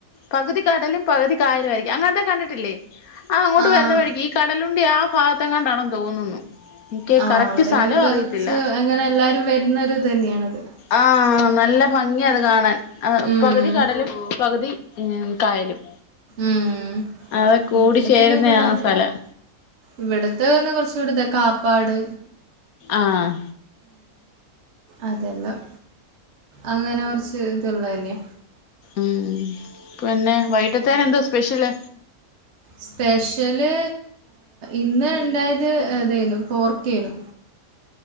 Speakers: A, on the left; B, on the right.
A: പകുതി കടലും പകുതി കായലുയിരിക്കും അങ്ങനത്തെ കണ്ടിട്ടില്ലേ ആ അങ്ങോട്ട്
B: ആഹ്
A: വരുന്ന വഴിക്ക് ഈ കടലുണ്ടി ആ ഭാഗത്താന് തോന്നുന്നു എനിക്ക്
B: ആഹ്
A: കറക്റ്റ്
B: അവിടെ
A: സ്ഥലം
B: കൊറച്ച്
A: അറിയത്തില്ല
B: അങ്ങനെ എല്ലാവരും വരുന്നെരു ഇത് തന്നെയാണ് അത്
A: ആഹ് നല്ല ഭംഗിയത് കാണാൻ ആ
B: ഉം
A: പകുതി കടലും പകുതി ഉ കായലും
B: ഉം
A: അതുംകൂടി
B: ഇവിടെ
A: ചേരുന്ന
B: പിന്നെ കൊറേ
A: ആ
B: ഇത്
A: സ്ഥലം
B: ഇവിടത്തെ വന്ന് കുറച്ച കൂടെ ഇതാ കാപ്പാട്
A: ആഹ്
B: അതെല്ലാം അങ്ങനെ കുറച്ച് ഇത് ഉള്ളത് അല്ലേ
A: ഉം പിന്നെ വൈകിട്ടത്തേനെന്ത സ്പെഷ്യല്
B: സ്പെഷ്യല് ഇന്ന് ഉണ്ടാക്കിയത് ഇതായിരുന്നു പോർക്ക എയ്നു